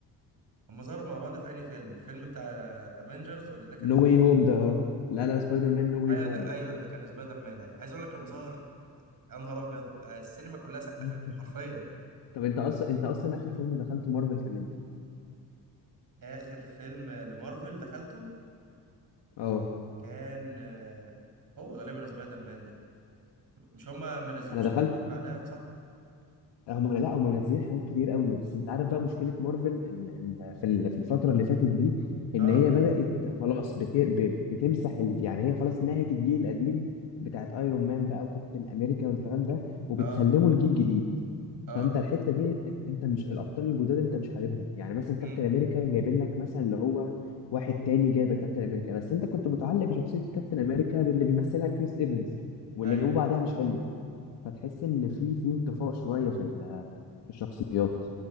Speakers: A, on the right (about 55°); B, on the left (about 85°).
A: هم ظهروا مع بعض في انهي فيلم الفيلم بتاع افنجرز ولا ده كان
B: نو واي هوم ده اه لا لا سبايدر مان نو واي
A: ايوه
B: هوم
A: ده ايوه ده كان سبايدر مان ايوه عايز اقول لك لما ظهر يا نهار ابيض ده السينما كلها سقفت
B: <laughs>
A: له حرفيا
B: طب انت اصلا انت اصلا اخر فيلم دخلته مارفل كان امتى؟
A: اخر فيلم لمارفل دخلته
B: اه
A: كان آه، هو غالبا سبايدر مان ده مش هما ما نزلوش
B: انا دخلت
A: بعدها صح
B: هم لا هم منزلين حاجات كتير قوي بس انت عارف بقى مشكله مارفل ال... ال... في ال... في الفتره اللي فاتت دي
A: اه
B: ان هي بدات خلاص بت... ب... بتمسح ال... يعني هي خلاص نهت الجيل القديم بتاعت ايرون مان بقى وكابتن امريكا والكلام ده وبتسلمه
A: اه
B: الجيل الجديد
A: اه
B: فانت الحته دي انت مش الابطال الجداد انت مش حاببهم يعني مثلا كابتن
A: امم
B: امريكا جايبين لك مثلا اللي هو واحد تاني جايب كابتن امريكا بس انت كنت متعلق بشخصيه كابتن امريكا باللي بيمثلها كريس ايفنز واللي
A: ايوه
B: جابوه بعدها مش حلو فتحس ان في في انطفاء شويه في ال- في الشخصيات